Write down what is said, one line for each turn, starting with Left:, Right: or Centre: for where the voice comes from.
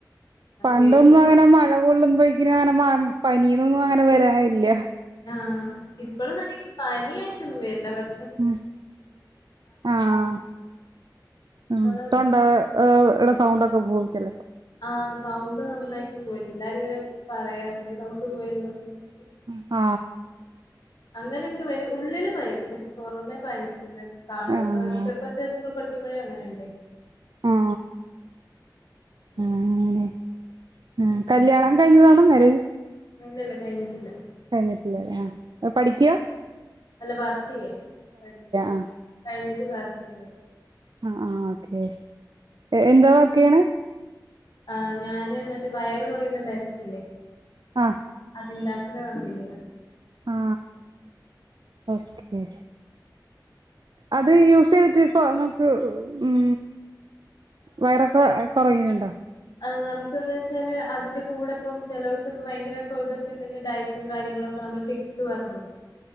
Right: പണ്ടൊന്നും
Left: പേടി
Right: അങ്ങനെ മഴ കൊള്ളുമ്പോക്ക അങ്ങനെ മ പനീന്നൊന്നും അങ്ങനെ വരാനില്ല
Left: ആഹ് ഇപ്പോഴും നല്ലങ്കി പനായിട്ട് <unintelligible>
Right: ഉ ആഹ് ഉ
Left: അതാണ്
Right: തൊണ്ട
Left: പ്രശ്നം
Right: ഇടെ സൗണ്ടക്കെ ഭുക്കല്ല
Left: ആഹ് സൗണ്ട് നന്നായിട്ട് പോയിട്ട് എല്ലാരും ഇങ്ങനെ പറയാറുണ്ട് സൗണ്ട് പോയല്ലോ സൗണ്ട് പോയി
Right: ആ
Left: അങ്ങനെയൊക്കെ വരും ഉള്ളില് പനിക്കും പക്ഷെ പൊറമെ പനിക്കുന്ന കാണൂല്ല
Right: ആഹ്
Left: ഇപ്പൊ ചെറുപ്പത്തെ ഇസ്കൂൾ പഠിക്ക ഇപ്പഴേ അങ്ങനെണ്ടെ
Right: ആ
Left: അതാണ്
Right: ആ അങ്ങനെ ആ കല്ല്യാണം കഴിഞ്ഞതാണോ മരേജ്
Left: ഇല്ലല്ലാ കഴിഞ്ഞിട്ടില്ല
Right: കഴിഞ്ഞിട്ടില്ലേ ആ പഠിക്കുവ
Left: അല്ല വർക്ക് ചെയ്യാം പഠിപ്പ്
Right: ആഹ്
Left: കഴിഞ്ഞിൻ വാർക്കിൻ കയറി
Right: ആഹ ആഹ ഓക്കെ എന്താ വർക്കയെണ്
Left: ആ ഞാന് മറ്റേ വയറ് കുറയുന്ന ബെൽറ്റ ഇല്ലേ
Right: ആ
Left: ഉണ്ടാക്കുന്ന കമ്പനില
Right: ആ ഓക്കെ അത് യൂസ് ചെയ്തിട്ട് നമ്മക്ക് ഉം വയറൊക്കെ കൊറയുന്നുണ്ടോ
Left: ആ നമ്മുക്ക് എന്താ വെച്ചാൽ അതിന്റെ കൂടെ ഇപ്പം ചിലോർക്ക് ഇപ്പോ ഭയങ്കര ഇതൊക്കെ ഉണ്ടെങ്കിൽ ഡയറ്റും കാര്യങ്ങളോക്കെ നമ്മൾ ടിപ്സ് പറഞ്ഞു കൊടുക്കും